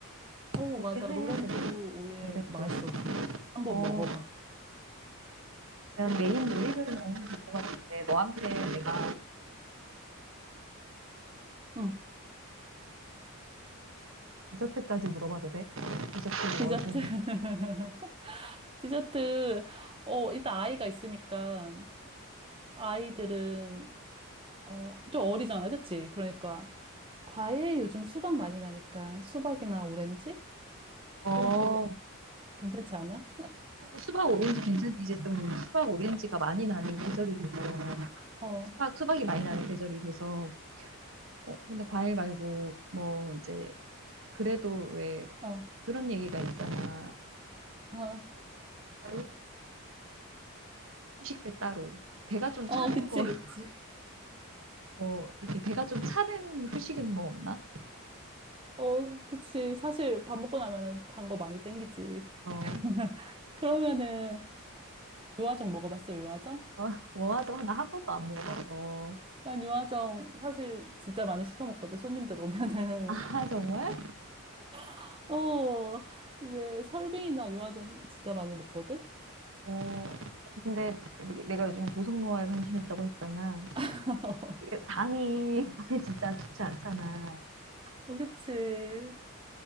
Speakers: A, on the right; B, on the right.
A: 어,
B: 그렇게
A: 맞아.
B: 해야
A: 로렌조
B: 되겠어,
A: 오일
B: 렌좀
A: 맛있어, 진짜. 한번
B: 어,
A: 먹어봐.
B: 어, 그냥 메인 요리는 어느 정도 될것 같은데, 너한테 내가
A: 응.
B: 디저트까지 물어봐도 돼? 디저트
A: 디저트.
B: 월드
A: <laughs> 디저트. 어, 일단 아이가 있으니까 아이들은 어, 좀 어리잖아, 그치? 그러니까 과일 요즘 수박 많이 나니까 수박이나 오렌지
B: 어,
A: 이런 거 괜찮지 않아?
B: 어, 수박 오렌지 괜찮지? 이제 좀 수박 오렌지가 많이 나는 계절이 돼서,
A: 어,
B: 수박, 수박이 많이 나는 계절이 돼서, 어, 근데 과일 말고, 뭐, 이제, 그래도 왜,
A: 응. 어,
B: 그런 얘기가 있잖아.
A: 어,
B: 따로, 후식 배 따로. 배가 좀
A: 어,
B: 차는
A: 그치,
B: 거, <laughs>
A: 그치.
B: 뭐, 이렇게 배가 좀 차는 후식은 뭐 없나?
A: 어, 그치. 사실 밥 먹고 나면은 단 거 많이 땡기지.
B: 어,
A: <laughs> 그러면은 유화정 먹어봤어, 유화정?
B: 어, 뭐 하죠? 나 한 번도 안 먹어봐서.
A: 난 유화정 사실 진짜 많이 시켜 먹거든. 손님들 오면은
B: 아, 정말?
A: <laughs> 어 이제 설빙이나 유화정 진짜 많이 먹거든.
B: 어, 근데 내가 요즘에 조성모아에 관심 있다고 했잖아.
A: <laughs>
B: 이게 당이 <laughs> 진짜 좋지 않잖아.
A: 어, 그치.